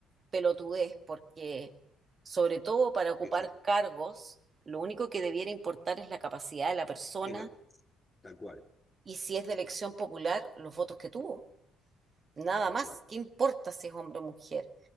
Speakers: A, on the right; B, on the left.
A: pelotudez, porque sobre todo para ocupar
B: que se-
A: cargos, lo único que debiera importar es la capacidad de la persona
B: era tal cual,
A: y si es de elección popular, los votos que tuvo. Nada
B: tal
A: más,
B: cual.
A: ¿qué importa si es hombre o mujer?